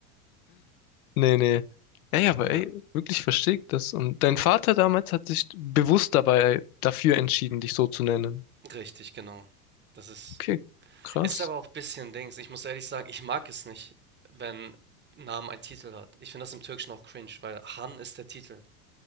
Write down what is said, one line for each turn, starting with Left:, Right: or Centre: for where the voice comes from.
Left: Nee, nee. Ja, ja, aber
Right: Ja,
Left: ey, wirklich verstehe ich das. Und dein Vater damals hat sich bewusst dabei äh, dafür entschieden, dich so zu nennen.
Right: richtig, genau. Das ist
Left: Okay, krass.
Right: ist aber auch ein bisschen Dings. Ich muss ehrlich sagen, ich mag es nicht, wenn Namen einen Titel hat. Ich finde das im Türkischen auch cringe, weil Han ist der Titel.